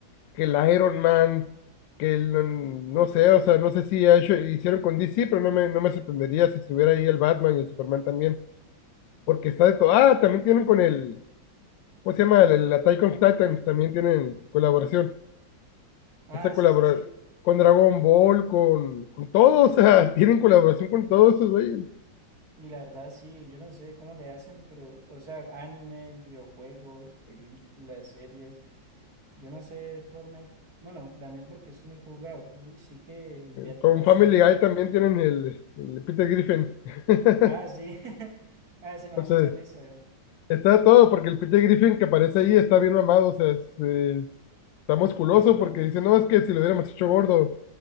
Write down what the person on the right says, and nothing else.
Ah,
sí,
sí, sí,
Y la verdad, sí, yo no sé cómo le hacen, pero, o sea, animes, videojuegos, películas, series, yo no sé Fortnite, bueno, también porque es muy jugado, pero uy, sí que invierten
bastante.
Ah, sí, <laughs> ah, se me
da mucha
risa.
Ajá.